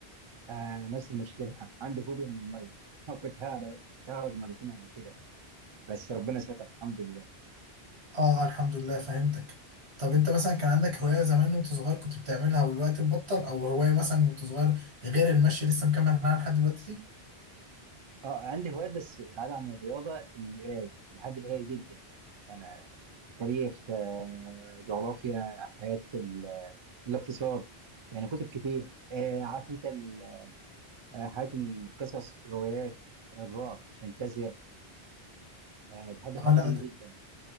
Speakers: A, on the right; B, on the right.
A: آه نفس المشكله عندي فوبيا من الميه <laughs> كنت هغرق كنت هغرق مرتين قبل كده بس ربنا ستر الحمد لله
B: اه آه، الحمد لله فهمتك طب انت مثلا كان عندك هواية زمان وانت صغير كنت بتعملها والوقت بطل او هواية مثلا وانت صغير غير المشي لسه مكمل معاها لحد دلوقتي
A: اه عندي هوايات بس بعيد عن الرياضة القراية بحب القراية جدا أنا تاريخ آه، جغرافيا حياة في ال- الاقتصاد يعني كتب كتير آه، عارف أنت ال- آه، حياة القصص الروايات الرعب الفانتازيا آه، بحب الحاجات
B: اه لا
A: دي
B: ده.
A: جدا